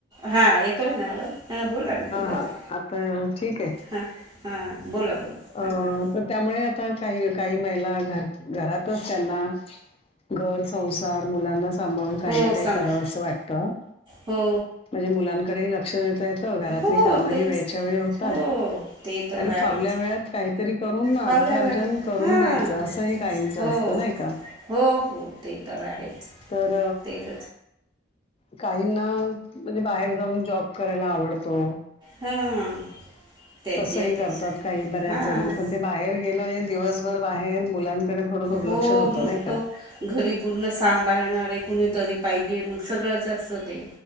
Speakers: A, on the right; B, on the left.
A: हा येतोय ना आवाज हा बोला ना बोला
B: हा
A: ता
B: आता ठीक आहे
A: हा हां बोला बोला
B: अ
A: हां हां
B: तर त्यामुळे आता काही काही महिला घर घरातच त्यांना घर संसार मुलांना सांभाळून काही
A: हो
B: ना काही
A: सांभाळ
B: करावंसं वाटतं.
A: हो
B: म्हणजे मुलांकडेही लक्ष देता येतं घरातली
A: हो
B: कामंही
A: हो तेच
B: वेळच्या वेळी होतात.
A: हो ते तर
B: आणि फावल्या
A: आहेच
B: वेळेत काहीतरी करून
A: फावल्या
B: अर्थार्जन
A: वेळ
B: करून
A: हां
B: घ्यायचं असं ही काहींचं
A: हो
B: असतं नाही का?
A: हो हो ते तर आहेच.
B: तर
A: तेच
B: काहींना म्हणजे बाहेर जाऊन जॉब करायला आवडतो.
A: हां त्याच्या
B: तसंही करतात काही बऱ्याच
A: हां
B: जणी पण ते बा बाहेर गेलं म्हणजे दिवसभर बाहेर मुलांकडे थोडं दुर्लक्षच
A: हो
B: होतं
A: मग
B: नाही का?
A: तो घरी पूर्ण सांभाळणारे कुणीतरी पाहिजे मग सगळंच असतं ते